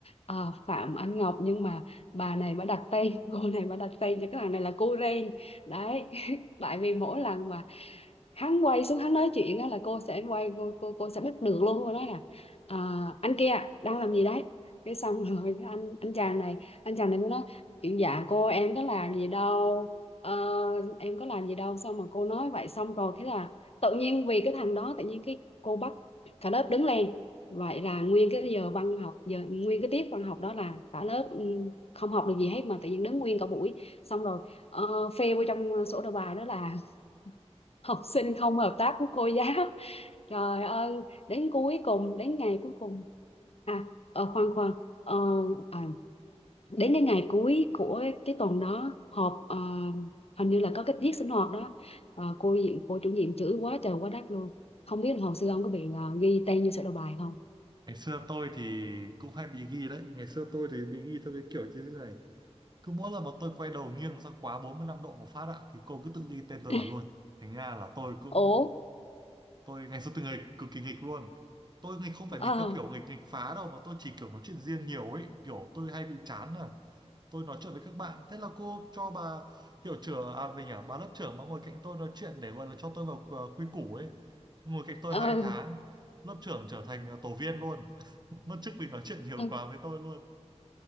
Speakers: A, on the left; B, on the right.
A: ờ, Phạm Anh Ngọc nhưng mà bà này bà đặt tên <laughs> cô này bà đặt tên cho cái thằng này là cô Ren đấy <laughs> tại vì mỗi lần mà hắn quay xuống hắn nói chuyện á là cô sẽ quay cô cô, cô sẽ bắt được luôn cô nói là à, anh kia đang làm gì đấy cái xong <laughs> rồi cái anh anh chàng này anh chàng này mới nói chuyện dạ cô em có làm gì đâu Ờ, em có làm gì đâu xong mà cô nói vậy xong rồi thế là tự nhiên vì cái thằng đó tự nhiên cái cô bắt cả lớp đứng lên vậy là nguyên cái giờ văn học giờ nguyên cái tiết văn học đó là cả lớp ừ, không học được gì hết mà tự nhiên đứng nguyên cả buổi xong rồi ờ, phê vô trong ờ, sổ đầu bài đó là học sinh không hợp tác với cô giáo trời ơi đến cuối cùng đến ngày cuối cùng à ờ, khoan khoan ờ, à, đến cái ngày cuối của cái tuần đó họp ờ, hình như là có cái tiết sinh hoạt đó Ờ, cô diện- cô chủ nhiệm chửi quá trời quá đất luôn không biết là hồi xưa ông có bị ờ, ghi tên như sổ đầu bài không
B: ngày xưa tôi thì cũng hay bị ghi đấy ngày xưa tôi thì bị ghi theo cái kiểu như thế này cứ mỗi lần mà tôi quay đầu nghiêng sang quá 45 độ một phát ạ thì cô cứ tự ghi tên tôi
A: <laughs>
B: vào luôn thành ra là tôi cũng
A: ủa
B: tôi ngày xưa tôi nghịch cực kỳ nghịch luôn tôi nghịch không phải nghịch
A: ờ
B: theo kiểu nghịch nghịch phá đâu mà tôi chỉ kiểu nói chuyện riêng nhiều ấy kiểu tôi hay bị chán à tôi nói chuyện với các bạn thế là cô cho bà hiệu trưởng à mình à bà lớp trưởng mà ngồi cạnh tôi nói chuyện để gọi là cho tôi vào quy quy củ ấy ngồi cạnh tôi
A: ờ
B: hai tháng lớp trưởng trở thành à, tổ viên luôn <laughs> mất chức vì nói chuyện nhiều
A: ừ.
B: quá với tôi luôn